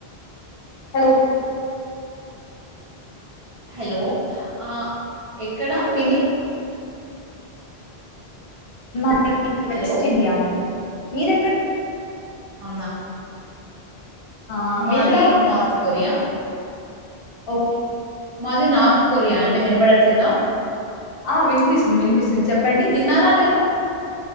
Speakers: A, on the left; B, on the right.
A: హలో
B: హలో ఆ ఎక్కడా మీది
A: మ వెస్ట్
B: హలో
A: ఇండియా అండి మీదెక్క
B: అ
A: ఆ
B: మాది
A: మీరెక్కడ
B: నార్త్ కొరియా
A: ఓ
B: మాది నార్త్ కొరియా అండి వినబడట్లేదా
A: ఆ వినిపిసింది వినిపిస్తుంది చెప్పండి
B: తిన్నారా మీరు